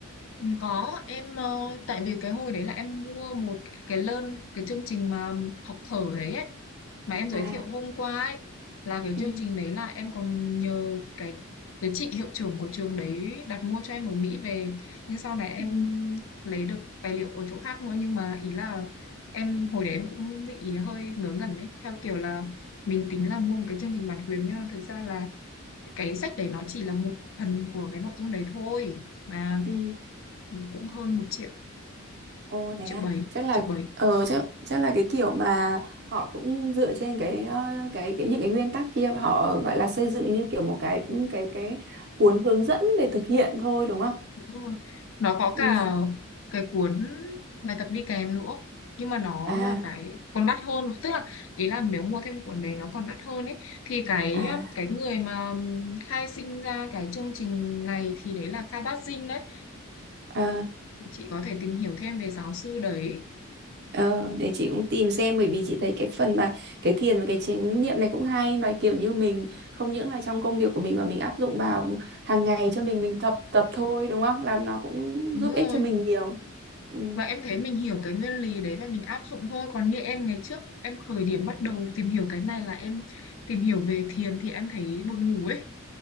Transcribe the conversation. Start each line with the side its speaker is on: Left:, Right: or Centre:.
Left: có em ờ, tại vì cái hồi đấy là em mua một cái, cái learn cái chương trình mà học thở đấy ấy. mà em giới
Right: à
Left: thiệu hôm qua ấy là cái
Right: ừ
Left: chương trình đấy là em còn nhờ cái cái chị hiệu trưởng của trường đấy đặt mua cho em ở Mỹ về nhưng sau này em
Right: ừ
Left: lấy được tài liệu ở chỗ khác nữa nhưng mà ý là em hồi đấy em cũng bị hơi ngớ ngẩn ấy theo kiểu là mình tính là mua một cái chương trình bản quyền nhưng mà thực ra là cái sách đấy nó chỉ là một phần của cái nội dung đấy thôi mà
Right: ừ
Left: cũng hơn một triệu
Right: ồ thế
Left: triệu
Right: à
Left: bảy
Right: chắc là
Left: triệu bảy
Right: ờ chắc chắc là cái kiểu mà họ cũng dựa trên cái ờ, cái cái những cái nguyên tắc kia mà họ gọi là xây dựng như kiểu một cái cái cái cuốn hướng dẫn để thực hiện thôi đúng không
Left: Đúng rồi. Nó có cả
Right: ừ
Left: cái cuốn bài tập đi kèm nữa nhưng mà nó
Right: à
Left: là cái còn đắt hơn tức là ý là nếu mua thêm cuốn đấy nó còn đắt hơn ấy thì cái
Right: à
Left: cái người mà khai sinh ra cái chương trình này thì đấy là Ka Bát Dinh đấy
Right: ờ
Left: thì chị có thể tìm hiểu thêm về giáo sư đấy
Right: ờ để chị cũng tìm xem bởi vì chị thấy cái phần mà cái thiền và cái chánh niệm này cũng hay mà kiểu như mình không những là trong công việc của mình mà mình áp dụng vào hàng ngày cho mình mình tập tập thôi đúng không là nó cũng
Left: đúng
Right: giúp
Left: rồi
Right: ích cho mình nhiều ừ
Left: và em thấy mình hiểu cái nguyên lý đấy và mình áp dụng thôi còn như em ngày trước em khởi điểm bắt đầu tìm hiểu cái này là em tìm hiểu về thiền thì em thấy buồn ngủ ấy